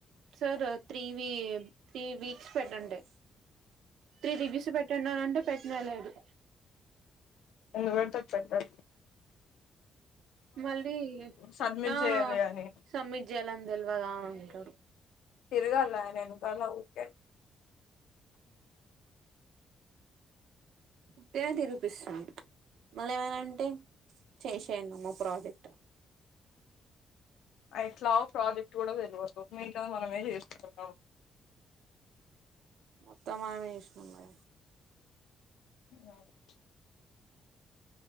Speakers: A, on the right; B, on the left.
A: సార్ త్రీ వి త్రీ వీక్స్ పెట్టండి. త్రీ విగేస్ పెట్టంన్నంటే పెట్ నెలడు
B: ఎవర్త పెట్టక్
A: మళ్ళీ
B: సబ్మిట్
A: ఆ
B: చేయాలి అని
A: సబ్మిట్ జేయాలనీ తెల్వదా అని అంటడు
B: తిరగాల ఆయన ఎనకాల ఉకే
A: ఉత్తిగనే తిరిపిస్తుండు మళ్ళీ ఏమైన అన్ టే చేష్ ఎందమా ప్రాజెక్ట్
B: ఎట్లాగొ ప్రాజెక్ట్ కూడా తెలవదు. మిగతాది మనమే చేసుకుంటం
A: మొత్తం మనమే జేష్ణం గద
B: ఉమ్